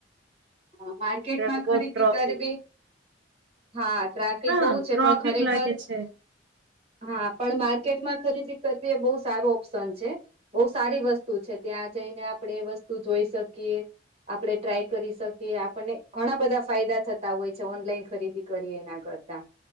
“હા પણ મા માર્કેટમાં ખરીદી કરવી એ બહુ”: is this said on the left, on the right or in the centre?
Right